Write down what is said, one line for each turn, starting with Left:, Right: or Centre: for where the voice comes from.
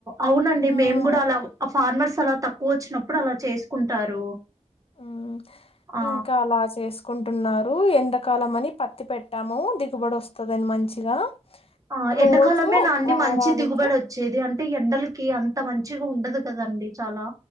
Right: అవునండి
Left: మ్మ్
Right: మేము కూడా అలా, ఆ ఫార్మర్స్ అలా తక్కువ అచ్చినప్పుడు అలా చేసుకుంటారు.
Left: ఉమ్
Right: ఆ
Left: ఇంకా అలా చేస్క్. కుంటున్నారు. ఎండాకాలం అని పత్తి పెట్టాము దిగుబడి ఓస్తదని మంచిగా.
Right: ఆ
Left: రోజు
Right: ఎండాకాలమే నా అండి,
Left: వారానికి
Right: మంచి దిగుబడి ఓచ్చేది అంట్. టి ఎండలకి అంత మంచిగా ఉండదు కదండి చాలా.